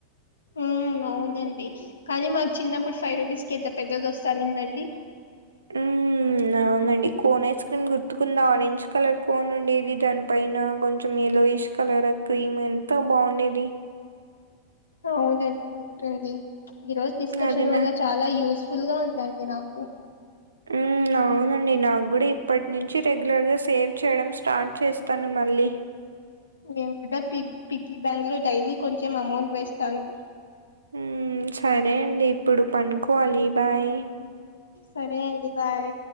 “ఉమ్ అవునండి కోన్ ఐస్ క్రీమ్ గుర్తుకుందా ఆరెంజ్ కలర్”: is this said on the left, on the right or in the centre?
Right